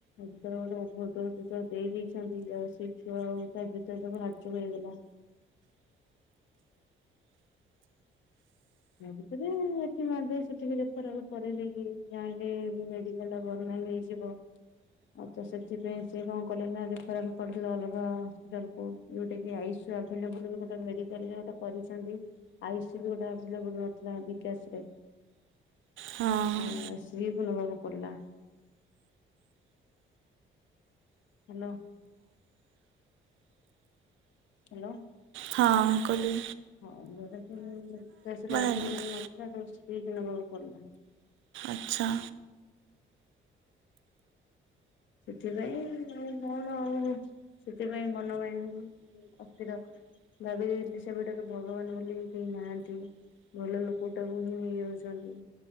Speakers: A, on the left; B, on the right.
A: ଭିତରେ ଗୋଟେ ଓଭୋରଡୋଜ୍ ଦେଇଦେଇଛନ୍ତି ଆଉ, ସେ ଛୁଆ ଆଉ ତା ଭିତରେ ତାକୁ ହାଟ୍ଚୋକ୍ ହେଇଗଲା। ତା ଭିତରେ ଏଠି ମାରିଦେଇକି ସେଠି କୁ ରେଫର୍ କରେଇ ଦେଇକି, ଜାଣିଲେ ମେଡିକାଲ୍ ଟା ବଦନାମ଼୍ ହେଇ ଯିବ। ଆଉ ତ ସେଥିପାଇଁ ସେ କଣ କଲେ ନା ରେଫେରାଲ୍ ଅଲଗା ହସ୍ପିଟାଲ୍ କୁ। ଗୋଟେ କି ଆଇଶୁ ଆଭେଲେବୁଲ୍ ବି ଗୋଟେ ମେଡିକାଲ୍ ରେ ଗୋଟେ କରିଛନ୍ତି। ଆଇ ସି ୟୁ ବି ଗୋଟେ ତିଳ ବନ ନଥିଲା ବିକାସ୍ ରେ,
B: ହଁ
A: ଆ ସ୍ତ୍ରୀ କୁ ନବାକୁ ପଡିଲା। ହାଲୋ। ହାଲୋ।
B: ହଁ କଲି।
A: ହଁ ଯୋଉଟା କି ବିକାଶ ରେ ଆଭୂଏଲେବୁଲ୍
B: ହେଇନାହାନ୍ତି?
A: ନଥିଲା ତ ଶ୍ରୀ କୁ ନେବାକୁ ପଡିଲା।
B: ଆଛା।
A: ସେଥିପାଇଁ ଆଉ କଣ ଆଉ ସେଥିପାଇଁ ମନ ପାଇଁ ଅସ୍ଥିର। ଭାବି ଦେଇଥିଲି ସେବେଠାରୁ ଭଗବାନ ବୋଲି କେହି ନାହାନ୍ତି। ଭଲ ଲୋକ ଟାକୁ ହିଁ ନେଇଯାଉଛନ୍ତି।